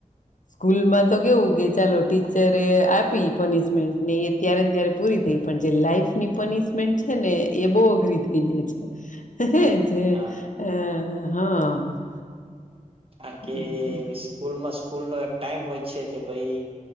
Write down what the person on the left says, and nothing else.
સ્કૂલમાં તો કેવું કે ચાલો ટીચરે આપી પનિશમેન્ટ ને એ ત્યારે ને ત્યારે પૂરી થઈ પણ જે લાઈફની પનિશમેન્ટ છે ને એ બો અઘરી થઈ જાય છે. જે
અ હા
હમ